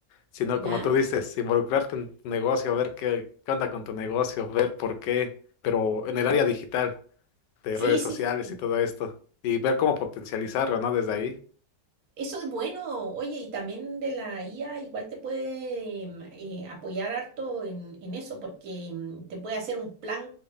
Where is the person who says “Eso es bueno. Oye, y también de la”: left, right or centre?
Right